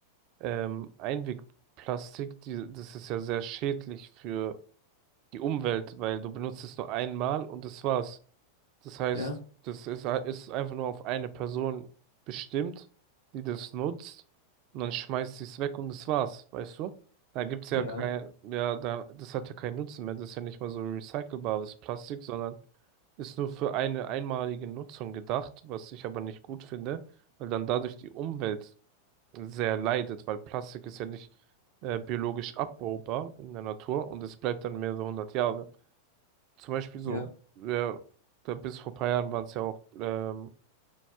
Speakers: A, on the right; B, on the left.
A: ähm, Einwegplastik, die, das ist ja sehr schädlich für die Umwelt, weil du benutzt es nur einmal und das war's. Das heißt,
B: Ja,
A: das ist, ist einfach nur auf eine Person bestimmt, die das nutzt und dann schmeißt sie es weg und das war's, weißt du? Da gibt's ja
B: ja,
A: kein, ja, da, das hat ja keinen Nutzen mehr. Das ist ja nicht mal so recycelbares Plastik, sondern ist nur für eine einmalige Nutzung gedacht, was ich aber nicht gut finde, weil dann dadurch die Umwelt sehr leidet, weil Plastik ist ja nicht äh, biologisch abbaubar in der Natur und es bleibt dann mehrere hundert Jahre. Zum Beispiel so,
B: ja.
A: ja, da bis vor paar Jahren waren es ja auch, ähm,